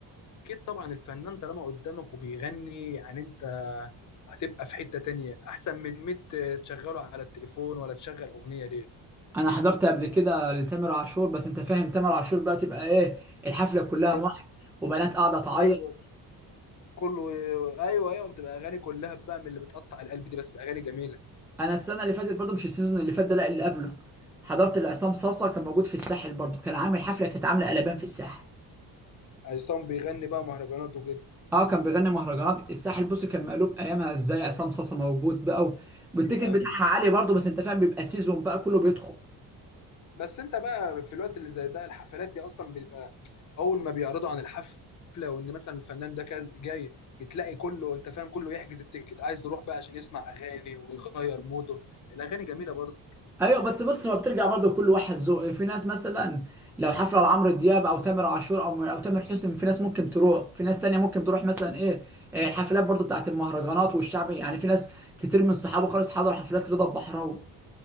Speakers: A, on the left; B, in the centre.
A: اكيد طبعا الفنان طالما قدامك وبيغني يعني انت هتبقى في حتة تانية احسن من 100 تشغله على التليفون ولا تشغل اغنية ليه
B: أنا حضرت قبل كده لتامر عاشور بس أنت فاهم تامر عاشور بقى تبقى إيه الحفلة كلها
A: بتبقى
B: واحد وبنات قاعدة تعيط
A: ايوه كله ايوه ايوه بتبقى اغاني كلها بقى من اللي بتقطع القلب دي بس اغاني جميلة
B: انا السنه اللي فاتت برضو مش السيزون اللي فات ده لا اللي قبله حضرت لعصام صاصا كان موجود في الساحل برضو كان عامل حفله كانت عامله قلبان في الساحل
A: عصام بيغني بقى مهرجانات وكده
B: اه كان بيغني مهرجانات الساحل بص كان مقلوب ايامها ازاي عصام صاصا موجود بقى و- والتيكت
A: ايوه
B: بتاعها
A: ايوه
B: عالي برضو بس انت فاهم بيبقى سيزون بقى كله بيدخل
A: بس انت بقى في الوقت اللي زي ده الحفلات دي اصلا بتبقى اول ما بيعرضوا عن الحفلة وان مثلا الفنان ده كاز- جاي بتلاقي كله انت فاهم كله يحجز التيكت عايز يروح بقى عشان يسمع اغاني ويغير موده الاغاني جميله برضه
B: ايوه بس بص هو بترجع برضو لكل واحد ذوق في ناس مثلا لو حفله لعمرو دياب او تامر عاشور او او تامر حسني في ناس ممكن تروح في ناس تانية ممكن تروح مثلا ايه إيه، الحفلات برضو بتاعت المهرجانات والشعبي يعني في ناس كتير من صحابه خالص حضروا حفلات رضا البحراوي